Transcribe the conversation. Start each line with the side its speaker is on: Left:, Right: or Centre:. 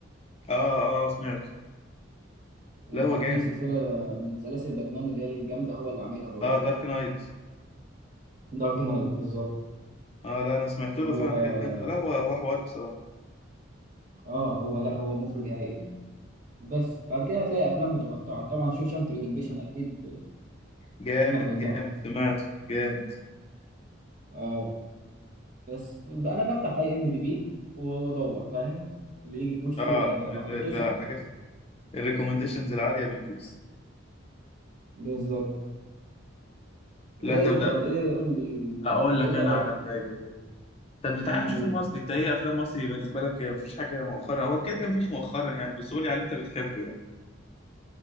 Left: اه اه سمعت
Right: وكان
Left: لا هو جامد
Right: في سلسله من سلاسل باتمان اللي هي الجامده هو اللي عاملها برضه
Left: اه دارك نايت
Right: دارك نايت بالظبط
Left: اه لا انا سمعت له
Right: هو
Left: فعلا
Right: اه
Left: حاجات جامده لا هو هو حوار بصراحه
Right: آه، هو لا هو مخرج هايل يعني بس بعد كده هتلاقي افلام متقطعه طبعا شوشانك ريدمبيشن اكيد
Left: جامد
Right: كلنا حضرناه
Left: جامد سمعته جامد
Right: اه بس ب- انا بفتح اي ام دي بي وادور فاهم اللي يجي في وشي
Left: اه
Right: آه،
Left: ال-
Right: ما حضرتوش
Left: الحاجات
Right: احضر
Left: الريكومنديشنز العاليه بتدوس
Right: بالظبط
Left: لا
Right: ايه
Left: تبدا
Right: طب ايه قول لي
Left: اقول
Right: ايه
Left: لك
Right: رأيك
Left: انا على حاجه
Right: آه،
Left: طب
Right: امم
Left: تعالى نشوف
Right: قول
Left: المصري انت ايه افلام مصري بالنسبه لك مفيش حاجه مؤخرا هو كده كده مفيش مؤخرا يعني بس قولي على اللي انت بتحبه يعني